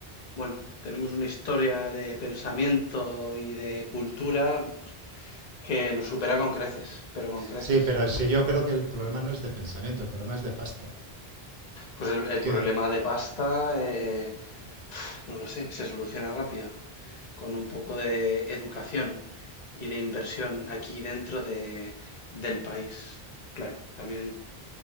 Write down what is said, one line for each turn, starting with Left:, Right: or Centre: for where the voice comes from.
Left: bueno, tenemos una historia de pensamiento y de cultura que lo supera con creces, pero con creces.
Right: Sí, pero sí yo creo que el problema no es de pensamiento, el problema es de pasta.
Left: Pues el, el
Right: Que
Left: problema de pasta, eh, no lo sé, se soluciona rápido con un poco de educación y de inversión aquí dentro de, del país. Claro, también.